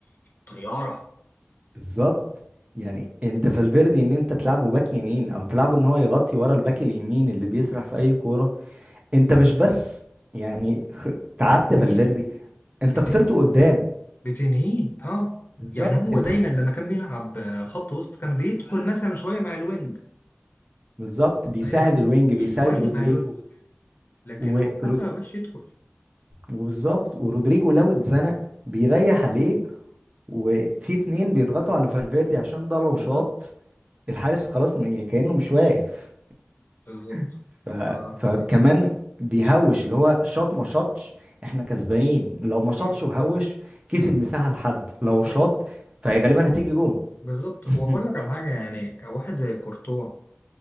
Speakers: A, on the left; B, on the right.
A: طيارة
B: <laughs> بالظبط يعني انت فالفيردي ان انت تلعبه باك يمين او تلعبه ان هو يغطي ورا الباك اليمين اللي بيسرح في اي كوره انت مش بس يعني خ... تعبت
A: بتنهيه
B: فالفيردي انت
A: بتنهيه
B: خسرته قدام
A: بتنهيه اه
B: بالظبط
A: يعني هو
B: انت
A: دايما
B: خسر...
A: لما كان بيلعب آه، خط وسط كان بيدخل مثلا شويه مع الوينج
B: بالظبط بيساعد
A: فاهمني
B: الوينج بيساعد
A: شويه
B: رودريجو
A: مع الوينج لكن
B: و...
A: هو
B: رو-
A: حتى ما بقاش يدخل
B: وبالظبط ورودريجو لو اتزنق بيريح عليه وفي اتنين بيضغطوا على فالفيردي عشان ده لو
A: بالظبط
B: شاط الحارس خلاص م- كأنه مش واقف
A: بالظبط
B: <laughs> ف...
A: آه أيوة،
B: فكمان
A: بالظبط.
B: بيهوش اللي هو شاط ما شاطش احنا كسبانين لو ما شاطش
A: يعني
B: وهوش كسب مساحة لحد لو
A: اقول
B: شاط فهي غالبا هتيجي جون
A: بالظبط
B: <laughs>
A: واقول لك على حاجه يعني واحد زي كورتوا